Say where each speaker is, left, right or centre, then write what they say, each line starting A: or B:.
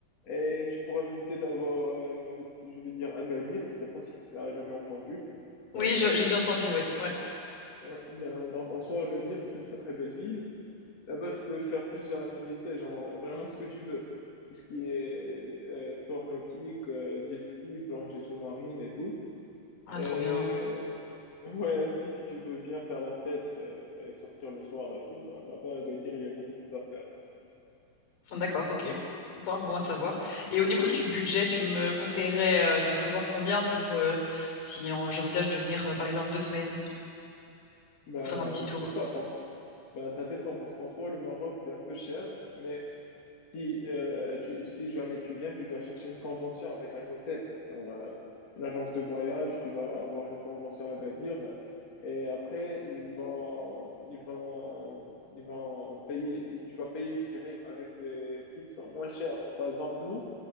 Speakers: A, on the left; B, on the left.
A: Et tu pourras visiter d'abord, euh, je vais, je vais dire Agadir. Je sais pas si tu as jamais entendu parler
B: Oui,
A: de
B: je-
A: ça.
B: j'ai déjà entendu. Ouais, ouais.
A: Ouais, ben, dans- en soi, Agadir, c'est une très très belle ville. Là-bas, tu peux faire plusieurs activités, genre euh, vraiment ce que tu veux. Tout ce qui est euh, sport nautique, euh, jet ski, plongée sous-marine et tout.
B: Ah,
A: Et
B: trop bien.
A: euh, ouais, aussi, si tu veux bien faire la fête euh, et, sortir le soir et tout, ben, là-bas, à Agadir, il y a beaucoup de choses à faire.
B: D'accord, ok. Bon, bon à savoir. Et au niveau du budget, tu me conseillerais euh, de prévoir combien pour euh, si en- j'envisage de venir, euh, par exemple, deux semaines
A: Ben,
B: pour faire un petit tour?
A: je sais pas, par- ben, ça dépend parce qu'en soi, le Maroc, c'est un peu cher, mais Si, euh, tu, si jamais tu viens, tu dois chercher une convention avec un hôtel, genre, euh, une agence de voyage, tu vas avoir une convention à Gadir. Et après, ils vont, ils vont, ils vont payer, tu vas payer, je dirais, avec des prix qui sont moins chers. Par exemple, nous,